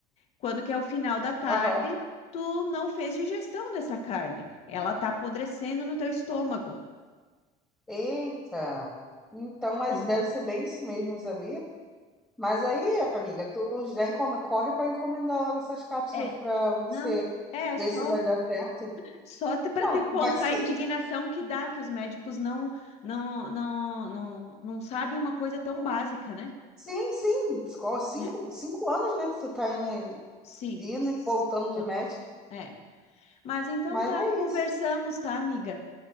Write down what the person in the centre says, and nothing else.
aham.
Eita. Então,
mas deve ser bem isso mesmo, sabia? Mas aí, amiga, tu já encom... corre para encomendar logo essas cápsulas
para você
ver
se vai dar certo.
Não,
vai ser.
Sim, sim. Qual- Cinco,
cinco anos, né, que tu tá indo,
indo
e voltando de médico.
Mas
é
isso.